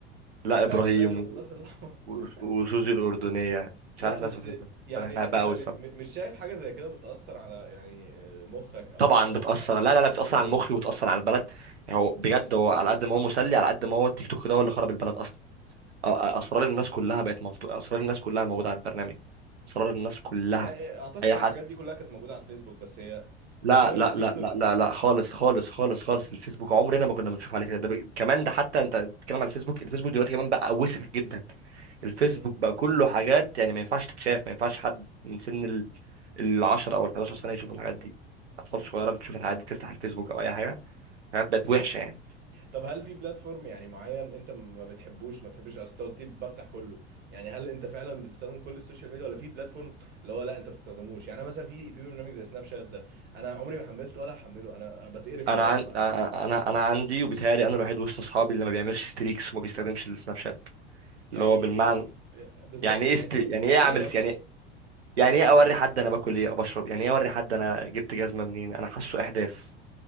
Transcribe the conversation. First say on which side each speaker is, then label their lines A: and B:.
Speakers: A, on the right (about 80°); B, on the right (about 30°).
A: لا
B: ورايك
A: ابراهيم
B: فراخ بالبصل الاحمر
A: وس-
B: <laughs>
A: وسوزي الأردنية مش
B: لا
A: عارف ناس
B: بس
A: بتحبها
B: يعني
A: أنا بحبها
B: انت
A: أوي
B: م
A: الصراحة
B: م مش شايف حاجه زي كده بتاثر على يعني آه، مخك او
A: طبعا
B: بتاثر
A: بتأثر
B: على
A: لا لا لا بتأثر على مخي وبتأثر على البلد يعني هو بجد هو على قد ما هو مسلي على قد ما هو التيك توك ده هو اللي خرب البلد أصلا أ- أ- أسرار الناس كلها بقت مفتوحة أسرار الناس كلها موجودة على البرنامج أسرار الناس كلها
B: ما آه، اعتقد
A: أي حد
B: الحاجات دي كلها كانت موجوده على الفيسبوك بس هي
A: لا
B: عشان
A: لا
B: التيك
A: لا لا لا لا خالص خالص خالص خالص الفيسبوك عمرنا ما كنا بنشوف عليه كده ده ب... كمان ده حتى أنت بتتكلم على الفيسبوك الفيسبوك دلوقتي كمان بقى وسخ جدا الفيسبوك
B: توك
A: بقى كله حاجات يعني ما ينفعش تتشاف ما ينفعش حد من سن ال... العشرة او ال11 سنه يشوفوا الحاجات دي اطفال صغيره بتشوف الحاجات دي تفتح الفيسبوك او اي حاجه الحاجات بقت وحشه يعني
B: طب هل في بلاتفورم يعني معين انت ما بتحبوش ما بتحبش اصل أنت قلت لي بفتح كله يعني هل انت فعلا بتستخدم كل السوشيال ميديا ولا في بلاتفورم اللي هو لا انت ما بتستخدموش يعني انا مثلا في في برنامج زي سناب شات ده انا عمري ما حملته ولا هحمله انا بتقرف
A: انا
B: لما بسمع
A: عن...
B: سيرته
A: انا انا عندي وبيتهيألي انا الوحيد وسط اصحابي اللي ما بيعملش ستريكس وما بيستخدمش السناب شات اللي
B: يعني
A: هو بالمعنى
B: ف- بالظبط
A: يعني ايه
B: يعني
A: است... يعني
B: ايه يعني
A: ايه اعمل
B: ايه
A: س-
B: اصلا
A: يعني يعني ايه اوري حد انا باكل ايه او بشرب يعني ايه اوري حد انا جبت جزمه منين انا حاسه احداث